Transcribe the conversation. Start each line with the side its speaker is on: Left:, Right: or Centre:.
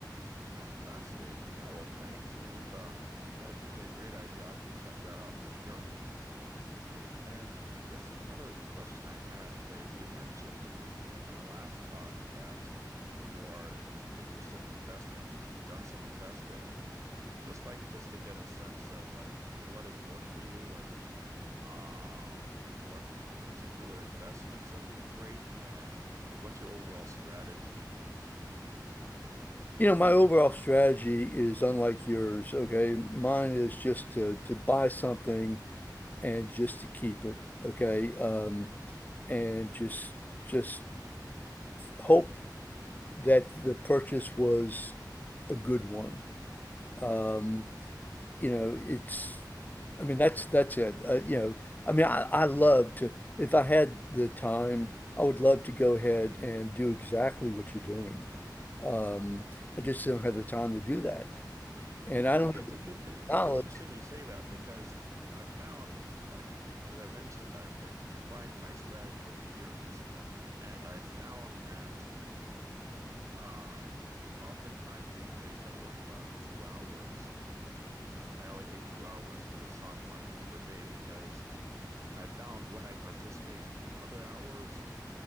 Right: Oh, fascinating. Yeah, well, thanks. Yeah, you've uh yeah, give me a great idea. I'll have to check that out for sure. And I guess another question I had is you'd mentioned in our last talk that you are interested in investing. You've done some investing. Just like just to get a sense of like what has worked for you, like um what particular investments have been great and like what's your overall strategy?
Left: You know, my overall strategy is unlike yours, okay? Mine is just to to buy something and just to keep it, okay? Um, and just just hope that the purchase was a good one. Um, you know, it's, I mean, that's that's it. Uh, you know, I mean, I, I love to, if I had the time, I would love to go ahead and do exactly what you're doing. Um, I just don't have the time to do that, and I
Right: Okay,
Left: don't have
Right: it's
Left: the
Right: inter it's
Left: knowledge.
Right: interesting you say that because I found like because I mentioned I've been refining my strategy over the years, and I found that uh, oftentimes these days I work about two hours. I allocate two hours to the stock market per day because I found when I participate in other hours,